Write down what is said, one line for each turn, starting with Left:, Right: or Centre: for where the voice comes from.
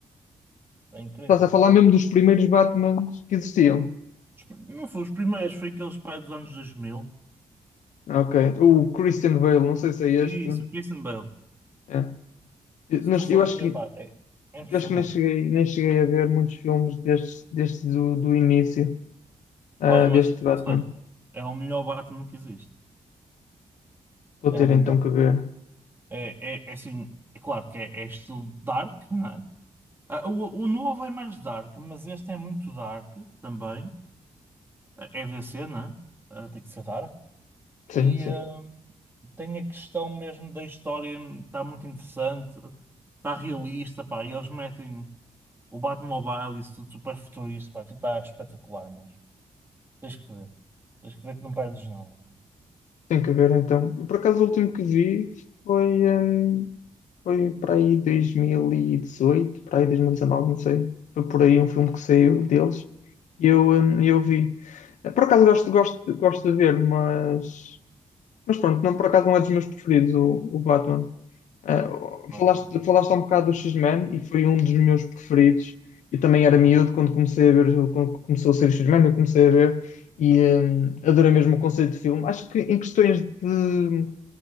Right: É incrível.
Left: Estás a falar mesmo dos primeiros Batmans que existiam.
Right: Os pr- Não foi os primeiros, foi aqueles pais dos anos 2000.
Left: Ah, Ok. O Christian Bale, não sei se é
Right: Isso,
Left: este.
Right: o Christian Bale.
Left: É. Eu,
Right: Se
Left: mas
Right: tu fores
Left: eu acho
Right: ver,
Left: que,
Right: pá, é, é impressionante.
Left: eu acho que nem cheguei, nem cheguei a ver muitos filmes destes, destes do, do início, ah,
Right: Olha, mas
Left: deste
Right: eu aconselho-te.
Left: Batman.
Right: É o melhor Batman que existe.
Left: Vou
Right: É
Left: ter
Right: o melhor.
Left: então que ver.
Right: É, é, é assim, é claro que é, é estilo dark, não é? Ah, O, o novo é mais dark, mas este é muito dark também. é DC, né? Eh, tem que ser Dark.
Left: Sim,
Right: E
Left: sim.
Right: eh, tem a questão mesmo da história, está muito interessante, está realista, pá. E eles metem o Batmobile, e isso tudo super futurista, pá. Aquilo está espetacular mesmo. Tens que ver. Tens que ver que não perdes nada.
Left: Tem que ver então. Eu, por acaso, o último que vi foi, hum, foi para aí 2018, para aí 2019, não sei. Foi por aí um filme que saiu deles e eu, hum, eu vi. Eh, Por acaso gosto, gosto, gosto de ver, mas, mas pronto, não, por acaso não é dos meus preferidos o, o Batman. Ah,
Right: Ah,
Left: falaste,
Right: pronto.
Left: falaste há um bocado do X-Men e foi um dos meus preferidos. Eu também era miúdo
Right: Ah,
Left: quando comecei a ver, quando começou a ser o X-Men, eu comecei a ver e hum, adorei mesmo o conceito de filme. Acho que em questões de,